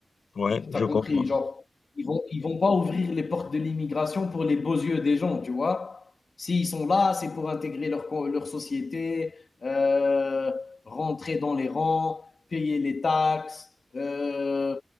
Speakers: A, on the left; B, on the left.
A: ouais, je
B: T'as compris,
A: comprends.
B: genre, ils vont, ils vont pas ouvrir les portes de l'immigration pour les beaux yeux des gens, tu vois. S'ils sont là, c'est pour intégrer leur, co- leur société, euh, rentrer dans les rangs, payer les taxes, euh,